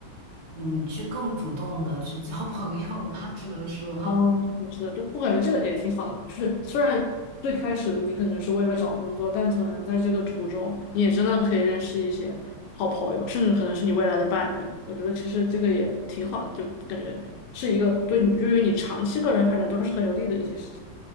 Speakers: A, on the right; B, on the left.
A: 嗯，去更主动的去交 <laughs> 朋友吧，只能说，
B: 哦，是的，是的，就不感觉这个也挺好的吧？就是虽然最开始你可能是为了找工作，但可能在这个途中，你也真的可以认识一些好朋友，甚至可能是你未来的伴侣。我觉得其实这个也挺好的，就感觉是一个对你对于你长期个人发展都是很有利的一些事情。